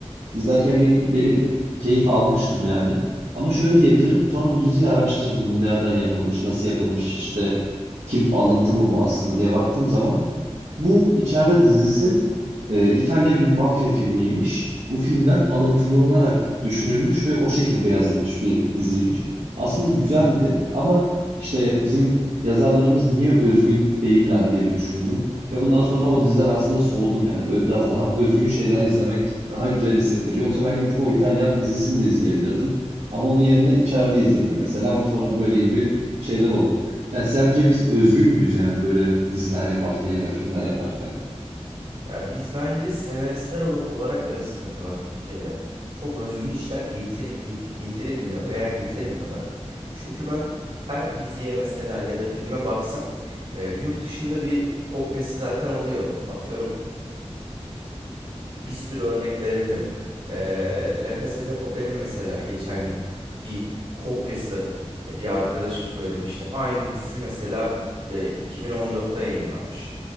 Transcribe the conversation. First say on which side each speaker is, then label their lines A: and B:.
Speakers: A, on the right; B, on the right.
A: İzlerken beni, beni keyif almıştım yani. Ama şöyle diyebilirim. Sonra bu diziyi araştırdım. Bu nereden yapılmış, nasıl yapılmış, işte kim alıntı mı bu aslında diye baktığım zaman bu içeride dizisi e, İtalya bir mafya filmiymiş. Bu filmden alıntılanarak düşünülmüş ve o şekilde yazılmış bir diziymiş. Aslında güzeldi ama işte bizim yazarlarımız niye özgün değiller diye bir düşündüm. Ve bundan sonra o diziden aslında soğudum yani. Böyle biraz daha özgün şeyler izlemek daha güzel hissettiriyor. Yoksa ben gidip o İtalyan dizisini de izleyebilirdim. Ama onun yerine içeride izledim mesela ama sonra böyle gibi şeyler oldu. Yani sence biz özgün müyüz yani böyle diziler yaparken ya da filmler yaparken?
B: Ya biz bence senaristler ol- olarak da bir sıkıntı var Türkiye'de. Çok özgün işler getir, get- getirilmiyor veya getirmiyorlar. Çünkü ben her diziye mesela ya da filme baksam e, yurt dışında bir kopyası zaten oluyor. Atıyorum Bir sürü örnek verebilirim. Ee, La Casa de Papel'in mesela geçen gün bir kopyası e, bir arkadaşım söylemişti. Aynı dizi mesela e, 2014'te yayınlanmış.